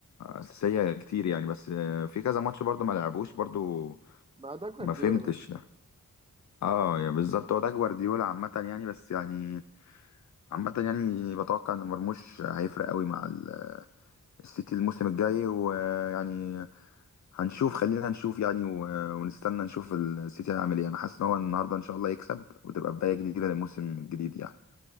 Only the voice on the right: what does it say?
ما ده جوارديولا
بقى